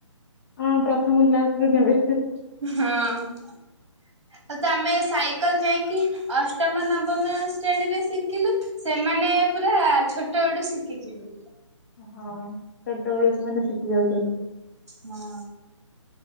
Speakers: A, on the left; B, on the right.
A: ହଁ, ପ୍ରଥମ କ୍ଲାସ ରୁ ନେବେ।
B: ହଁ ହଁ ତ ଆମେ ସାଇକେଲ ଯାଇକି ଅଷ୍ଟମ ନବମ ଶ୍ରେଣୀରେ ଶିଖିଲୁ। ସେମାନେ ପୁରା ଛୋଟ ବଳୁ ଶିଖିଯିବେ।
A: ହଁ ଛୋଟବେଳୁ ସେମାନେ ଶିଖି ଯାଉଛନ୍ତି।
B: ହଁ,